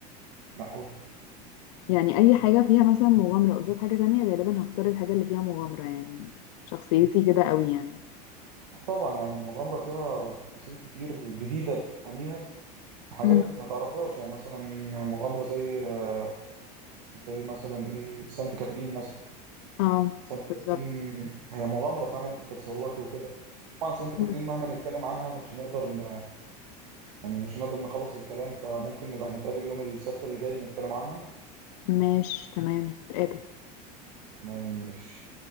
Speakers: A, on the right; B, on the left.
A: معقولة
B: يعني اي حاجة فيها مثلا مغامرة قصاد حاجة تانية غالبا هختار الحاجة اللي فيها مغامرة يعني شخصيتي كده قوي يعني
A: طبعا يعني المغامرة فيها تفاصيل كتير جديدة بتفهميها عن حاجات
B: امم
A: ما تعرفيهاش يعني مثلا مغامرة زي آه، زي مثلا إيه سانت كاترين مثلا
B: اه
A: سانت
B: بالظبط
A: كاترين هي مغامرة فعلا أنت بتتسلقي وكده طبعا سانت
B: مم.
A: كاترين مهما نتكلم عنها مش هنقدر ن... يعني مش هنقدر نخلص الكلام فممكن نبقى نتقابل يوم السبت اللي جاي نتكلم عنها
B: ماشي تمام نتقابل
A: م- مش